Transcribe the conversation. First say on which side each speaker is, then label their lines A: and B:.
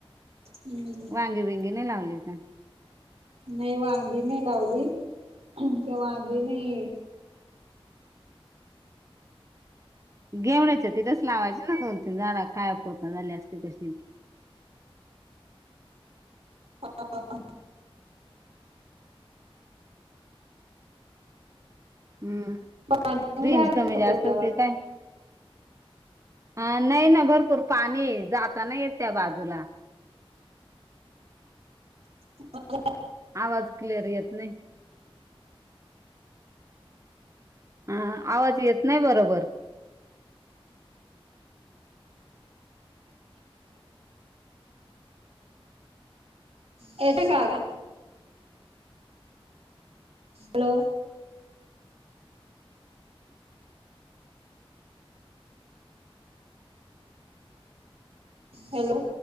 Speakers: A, on the right (about 85°); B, on the right (about 30°).
A: हम्म!
B: अंगी बीगी नाही लावली काय?
A: नाही वांगी नाही लावली हे वांगी नाही
B: घेवड्याचं तिथेच लावायंच ना दोन तीन झाड खायापुरत झाली असते तशी.
A: हा!
B: हम्म,
A: कमी
B: रेंज
A: झाला
B: कमी
A: का
B: जास्त
A: फुलावर
B: होतेय काय? अ नाही ना भरपूर पाणी आहे जाता नाय येत त्या बाजूला.
A: <inaudible>
B: आवाज क्लिअर येत नाही. हा आवाज येत नाही बरोबर!
A: येतोय का आता? हॅलो! हॅलो!